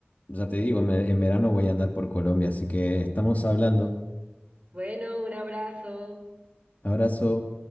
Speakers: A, on the left (about 40°); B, on the right (about 35°).
A: ya te digo, me- en verano voy a andar por Colombia, así que estamos hablando.
B: Bueno, un abrazo.
A: Abrazo.